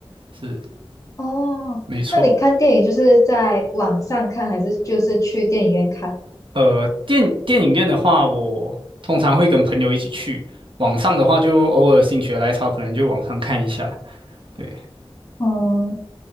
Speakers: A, on the right; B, on the left.
A: 是
B: 哦，
A: 没错。
B: 那你看电影就是在网上看，还是就是去电影院看？
A: 呃，电电影院的话，我通常会跟朋友一起去；网上的话，就偶尔心血来潮，可能就网上看一下。对，
B: 哦，